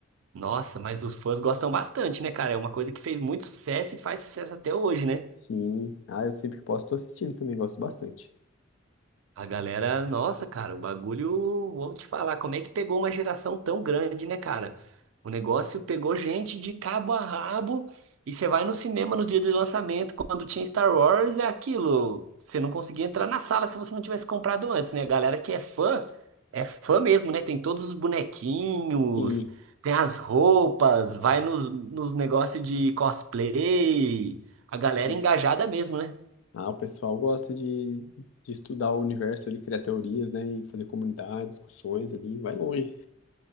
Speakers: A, on the right; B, on the left.
A: Nossa, mas os fãs gostam bastante, né, cara? É uma coisa que fez muito sucesso e faz sucesso até hoje, né?
B: Sim, ah, eu sempre que posso tô assistindo também, gosto bastante.
A: A galera, nossa, cara, o bagulho, vou te falar, como é que pegou uma geração tão grande, né, cara? O negócio pegou gente de cabo a rabo e você vai no cinema no dia do lançamento, quando tinha Star Wars, é aquilo. Você não conseguia entrar na sala se você não tivesse comprado antes, né? A galera que é fã, é fã mesmo, né? Tem todos os bonequinhos,
B: E,
A: tem as roupas, vai nos, nos negócios de cosplay. A galera
B: e-
A: é engajada mesmo, né?
B: ah, o pessoal gosta de, de estudar o universo, ele criar teorias, né? E fazer comunidade, discussões ali, vai longe.